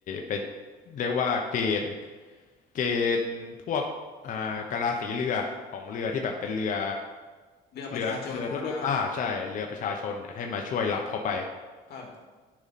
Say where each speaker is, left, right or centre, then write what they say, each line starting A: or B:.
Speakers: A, on the left; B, on the left.
A: ไปเรียกว่าเกณฑ์เกณฑ์พวก อ่ากะลาสีเรือของเรือที่แบบเป็นเรือ
B: เรือประชาชนธรรมดา
A: เรือเรือทั่วๆอ่าใช่เรือประชาชนเนี่ยให้มาช่วยรับเข้าไป
B: ครับ